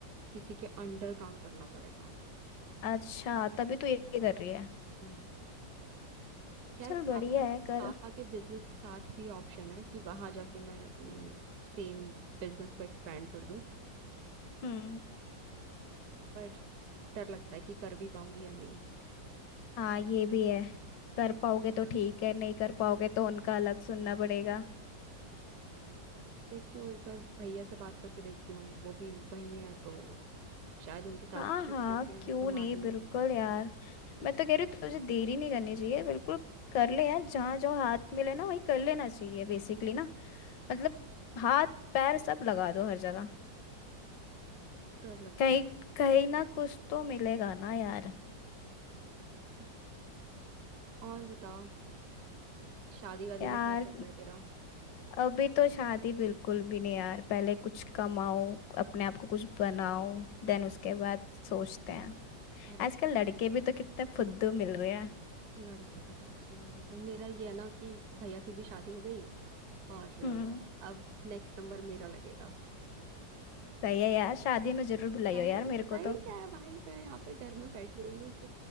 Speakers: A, on the right; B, on the left.
A: किसी के अंडर काम करना पड़ेगा
B: अच्छा तभी तो ये कर रही है
A: हम्म यार
B: चल
A: पापा
B: बढ़िया है कर
A: पापा के बिजनेस के साथ भी ऑप्शन है कि वहां जाके मैं सेम बिजनेस को एक्सपेंड कर दूं
B: हम्म
A: पर डर लगता है कि कर भी पाऊंगी या नहीं
B: हाँ ये भी है
A: हम्म।
B: कर पाओगे तो ठीक है नहीं कर पाओगे तो उनका अलग सुनना पड़ेगा
A: देखती हूँ एक बार भैया से बात करके देखती हूँ वो भी वही है तो शायद उनके साथ
B: हाँ
A: शिफ्ट
B: हाँ
A: होके
B: क्यों
A: संभाल
B: नहीं
A: लूं
B: बिल्कुल यार मैं तो कह रही हूँ तुझे देरी नहीं करनी चाहिए बिल्कुल कर ले यार जहाँ जो हाथ मिले ना वही कर लेना चाहिए बेसिकली ना मतलब हाथ पैर सब लगा दो हर जगह
A: डर लगता
B: कहीं
A: है
B: कहीं ना कुछ तो मिलेगा ना यार
A: हम्म। और बता शादी वादी
B: यार
A: का क्या चल रहा है तेरा
B: अभी तो शादी बिल्कुल भी नहीं यार पहले कुछ कमाओ अपने आप को कुछ बनाओ देन उसके बाद सोचते हैं
A: अरे
B: आजकल लड़के भी तो कितने फुद्दू मिल रहे हैं
A: लड़कों का तो कुछ नहीं कह सकते मेरा ये है ना कि भैया की भी शादी हो गई और अ,
B: हम्म
A: अब नेक्स्ट नंबर मेरा लगेगा
B: सही है यार शादी में जरूर बुलाइयो
A: सही
B: यार मेरे
A: सही
B: को तो
A: क्या है भाई मैं यहाँ पे डर में बैठी हुई हूँ कि